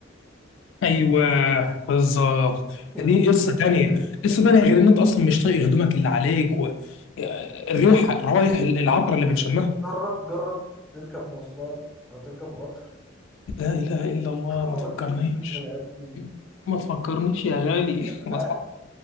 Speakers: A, on the left; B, in the centre.
A: ايوه بالظبط
B: <laughs>
A: دي قصه تانية قصه تانية غير ان انت اصلا مش طايق هدومك اللي عليك و... الريحه الروايح العطر اللي بنشمها
B: جرب جرب تركب مواصلات او تركب قطر
A: لا إله إلا الله
B: <laughs> تحرك
A: ما تفكرنيش
B: البني ادمين
A: ما تفكرنيش يا غالي
B: الريحه
A: <laughs> ما تفكرنيش.